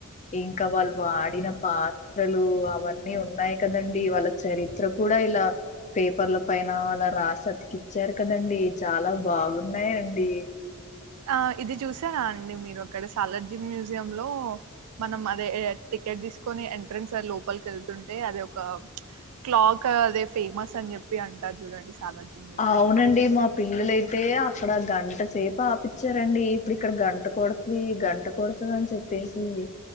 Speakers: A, on the left; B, on the right.
A: ఇంకా వాళ్ళు వాడిన పాత్రలు అవన్నీ ఉన్నాయి కదండి వాళ్ళ చరిత్ర కూడా ఇలా పేపర్ల పైన అలా రాసతికిచ్చారు కదండి చాలా బాగున్నాయండి
B: ఆ ఇది చూసారా అండి మీరు అక్కడ సాలార్జీ మ్యూజియ లో మనం అదే టికెట్ తీసుకొని ఎంట్రెన్స్ లోపలికి వెళ్తుంటే అద ఒక క్లాక్ అదే ఫేమస్ అని చెప్పి అంటారు చూడండి సాలార్జంగ్ మ్యూజియం
A: అవునండి
B: లో
A: మా పిల్లలయితే అక్కడ గంట సేపు ఆపిచ్చారండి ఇప్పుడు ఇక్కడ గంట కొడుతుది గంట కొడుతుంది అని చెప్పేసి